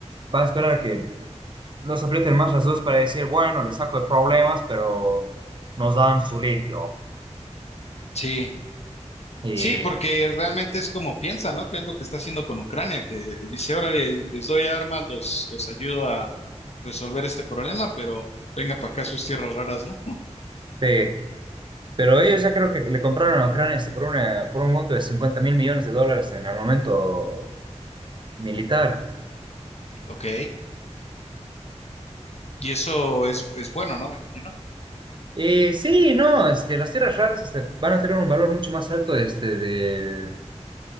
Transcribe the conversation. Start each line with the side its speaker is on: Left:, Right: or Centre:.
Right: va a esperar a que nos aprieten más las dudas para decir, bueno, le saco de problemas, pero nos dan su litio.
Left: Sí,
Right: Y,
Left: sí, porque realmente es como piensa, ¿no? Que es lo que está haciendo con Ucrania, que les dice, ahora les, doy armas, los, los ayudo a resolver este problema, pero venga para acá a sus tierras raras, ¿no?
Right: sí, pero ellos ya creo que le compraron a Ucrania este, por, una, por un monto de cincuenta mil millones de dólares en armamento militar.
Left: Ok. Y eso es, es bueno, ¿no? Me imagino.
Right: Eh, sí, no, es que las tierras raras este, van a tener un valor mucho más alto este, del-